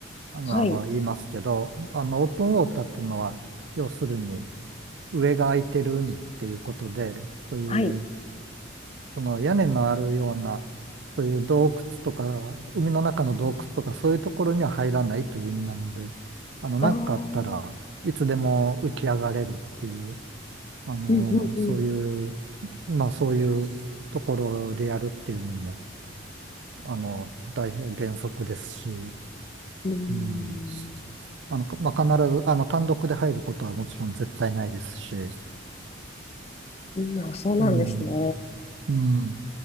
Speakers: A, on the right; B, on the left.
A: あの、
B: はい、
A: あの言いますけど、あの、オープンウォーターっていうのは、要するに、上が空いてる海っていうことで、そういう
B: はい。
A: その屋根のあるような、そういう洞窟とか、海の中の洞窟とか、そういうところには入らないという意味なので、あの、なんかあったらいつでも浮き上がれるっていう、
B: ああ、うん、
A: あの、
B: うん、うん。
A: そういう、まあそういうところでやるっていうのも、あの、大変原則ですし、
B: うーん、
A: うん。あの、かまあ、必ず、あの、単独で入ることはもちろん絶対ないですし、ね、
B: うん、あ、そうなんですね。
A: うん、うん。